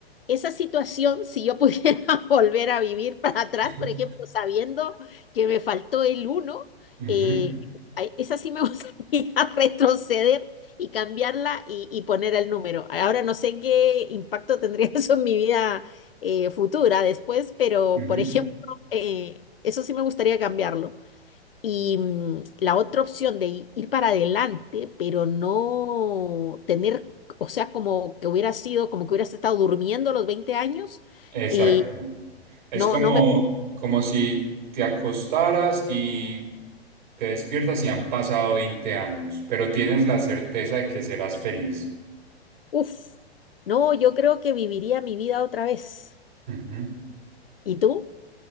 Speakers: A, on the left (about 60°); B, on the right (about 45°).
A: esa situación, si yo pudiera <laughs> volver a vivir para atrás,
B: <laughs>
A: por ejemplo, sabiendo que me faltó el uno,
B: Ujú,
A: eh, ay, esa sí me <laughs> gustaría retroceder y cambiarla y, y poner el número. Ahora no sé qué impacto tendría <laughs> eso en mi vida eh, futura después, pero
B: ujú.
A: por ejemplo, eh, eso sí me gustaría cambiarlo. Y mm, la otra opción de i- ir para adelante, pero no tener, o sea, como que hubiera sido, como que hubieras estado durmiendo los 20 años,
B: Exacto.
A: eh,
B: Es
A: no,
B: como,
A: no me...
B: como si te acostaras y te despiertas y han pasado 20 años, pero tienes la certeza de que serás feliz.
A: Uf, no, yo creo que viviría mi vida otra vez.
B: Ujú.
A: ¿Y tú?